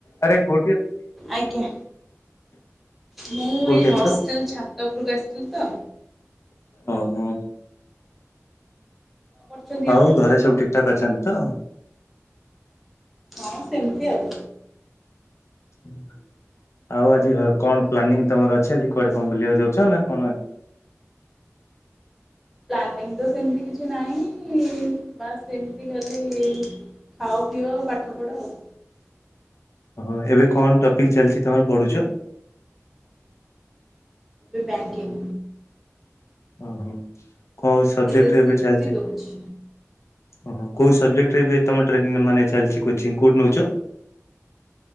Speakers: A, on the left; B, in the centre.
A: ଆରେ ଗୋ
B: ଆଜ୍ଞା। ମୁଁ
A: କୋଉଠି
B: ଏଇ
A: ଅଛ?
B: ହଷ୍ଟେଲ ଛାତ ଉପୁରକୁ ଆସିଥିଲି ତ।
A: ଓ ହୋ।
B: କରୁଛନ୍ତି
A: ଆଉ
B: ଆପଣ?
A: ଘରେ ସବୁ ଠିକଠାକ ଅଛନ୍ତି ତ?
B: ହଁ ସେମିତି ଆଉ।
A: ହୁଁ। ଆଉ ଆଜି ହ କଣ ପ୍ଲାନିଂ ତମର ଅଛି ଆଜି କୁଆଡେ କଣ ବୁଲିବାକୁ ଯାଉଛ ନା କଣ ଆଜି
B: ପ୍ଲାନିଂ ତ ସେମତି କିଛି ନାହିଁ ବାସ୍ ଏମତି ଖାଲି ଖାଅ ପିଅ ଆଉ ପାଠ ପଢ ଆଉ।
A: ହଁ ଏବେ କଣ ଟପିକ ଚାଲଛି ତମର ପଢୁଛ?
B: ଏବେ ବ୍ୟାଙ୍କିଙ୍ଗ୍।
A: ଓହୋ କୋଉଁ ସବଜେକ୍ଟରେ
B: ଏସ୍ ସି
A: ଏବେ ଚାଲଛି?
B: ବି ଦଉଛି।
A: ଓହୋ କୋଉ ସବଜେକ୍ଟରେ ଏ ତମ ଟ୍ରେନ୍ ମାନେ ଚାଲଛି କୋଚିଂ କୋଉଠି ନଉଚ?